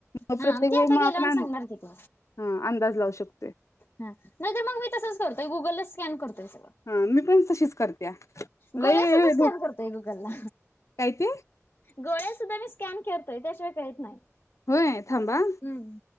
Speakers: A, on the left (about 70°); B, on the left (about 50°).
A: मग
B: हा
A: प्रत्येक
B: ते
A: वेळ
B: आता
A: म
B: गेल्यावर
A: आपण अंद
B: सांगणार की ते.
A: हा अंदाज लावू शकतोय.
B: हा नाहीतर मग मी तसच करतोय गुगलला स्कॅन करतोय सगळं.
A: हा मी पण तशीच करत्या
B: गोळ्या
A: लय
B: सुद्धा स्कॅन
A: डोक
B: करतोय गुगलला.
A: काय ते
B: गोळ्या सुद्धा मी स्कॅन करतोय त्याशिवाय खायीत नाही.
A: होय थांबा.
B: हम्म.